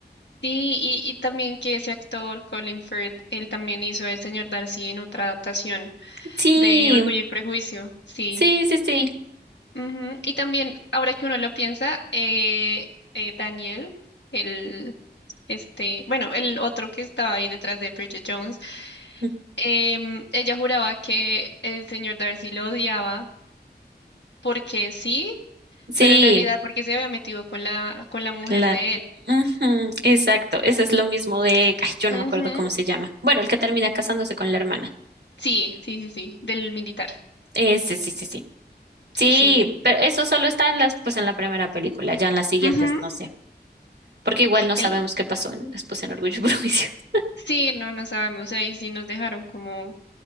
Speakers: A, on the left; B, on the right.
A: Sí, y, y también que ese actor, Colin Firth, él también hizo El Señor Darcy en otra adaptación
B: Sí,
A: de Orgullo y Prejuicio. Sí.
B: sí, sí, sí,
A: Ujú, Y también, ahora que uno lo piensa, eh, eh, Daniel, el, este, bueno, el otro que estaba ahí detrás de Bridget Jones,
B: mm,
A: em, ella juraba que el señor Darcy lo odiaba porque sí,
B: sí,
A: pero en realidad porque se había metido con la, con la mujer
B: la,
A: de él.
B: ujú, exacto, ese es lo mismo de, ay, yo
A: Ujú,
B: no me acuerdo cómo se llama. Bueno, el que termina casándose con la hermana.
A: Sí, sí, sí, sí, del militar.
B: Ese, sí, sí, sí. Sí,
A: Sí.
B: pero eso solo está en las, pues en la primera película, ya en las siguientes
A: Ujú,
B: no sé, porque igual no
A: el-
B: sabemos qué pasó en- después en Orgullo y Prejuicio. <laughs>
A: Sí, no, no sabemos, ahí sí nos dejaron como